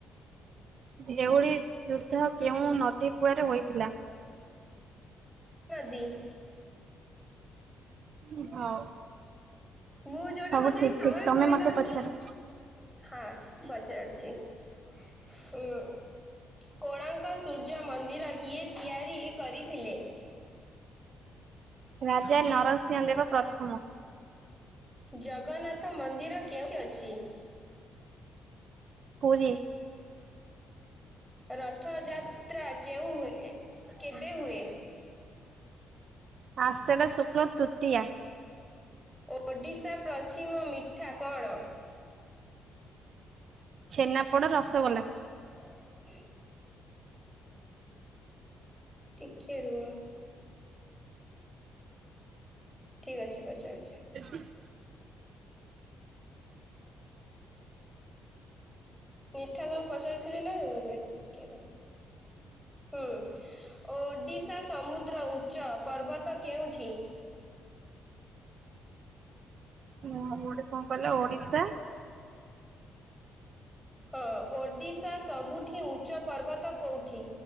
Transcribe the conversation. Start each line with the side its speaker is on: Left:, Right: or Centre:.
Right: ଯେଉଭଳି ଯୁଦ୍ଧ କେଉଁ ନଦୀ କୂଳରେ ହୋଇଥିଲା?
Centre: ତି
Right: ହୁଁ ହଉ
Centre: ମୁଁ ଯୋଉଟା
Right: ସବୁ
Centre: ପଚାରିଛି
Right: ଠିକ ଠିକ
Centre: ବି
Right: ତମେ
Centre: କହିଦଉଛ
Right: ମତେ ପଚାର
Centre: ହଁ ପଚାରୁଛି ହୁଁ କୋଣାର୍କ ସୂର ସୂର୍ଯ୍ୟ ମନ୍ଦିର କିଏ ତିଆରି କରିଥିଲେ?
Right: ରାଜା ନରସିଂହ ଦେବ ପ୍ରଥମ।
Centre: ଜଗନ୍ନାଥ ମନ୍ଦିର କେଉଁଠି ଅଛି?
Right: ପୁରୀ।
Centre: ରଥଯାତ୍ରା କେଉଁ ହୁଏ କେବେ ହୁଏ?
Right: ଆଷାଢ ଶୁକ୍ଳ ତୃତୀୟା।
Centre: ଓଡିଶା ପ୍ରଶ୍ଚିମ ମିଠା କଣ?
Right: ଛେନାପୋଡ ରସଗୋଲା।
Centre: ହଁ ଟିକେ ରୁହ ଠିକ ଅଛି ପଚାରୁ
Right: <unintelligible>
Centre: ମିଠା ସବୁ ପଚାରିଥିଲି ନା ଏରଠି କିଏ ବେ ହୁଁ ଓଡିଶା ସମୁଦ ଦ୍ର ଉଚ୍ଚ ପର୍ବତ କେଉଁଠି?
Right: ହଁ ଗୋଟେ କଣ କହିଲ ଓଡିଶା?
Centre: ହଁ ଓଡିଶା ସବୁଠୁ ଉଚ୍ଚ ପର୍ବତ କୋଉଠି?